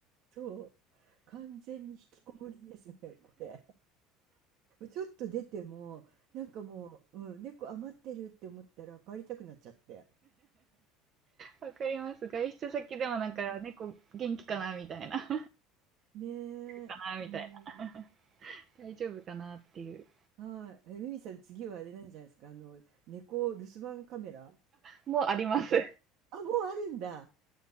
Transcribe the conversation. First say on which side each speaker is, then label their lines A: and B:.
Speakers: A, on the right; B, on the right.
A: そう。完全に引きこもりですね、<laughs> これ。ちょっと出ても、なんかもう、うん、猫余ってるって思ったら帰りたくなっちゃって。
B: わかります。外出先でもなんか猫元気かなみたいな。
A: うん。
B: なんか
A: ね
B: かなみたいな。
A: え。うん。
B: 大丈夫かなっていう。
A: はい。え、ミミさん、次はあれなんじゃないですか、あの、猫留守番カメラ
B: もうあります。
A: とか、あ、もうあるんだ。